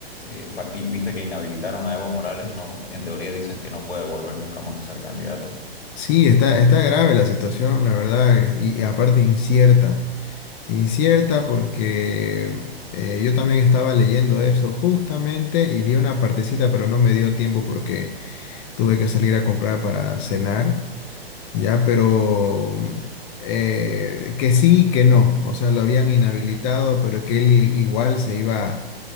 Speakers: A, on the left (about 80°); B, on the left (about 35°).
A: eh, pa- y viste que inhabilitaron a Evo Morales, no, en teoría dicen que no puede volver nunca más a ser candidato.
B: Sí, está, está grave la situación, la verdad, eh, y, aparte incierta. Incierta porque eh, yo también estaba leyendo eso justamente y vi una partecita, pero no me dio tiempo porque tuve que salir a comprar para cenar, ya, pero mm, eh, que sí, que no. O sea, lo habían inhabilitado, pero que él i- igual se iba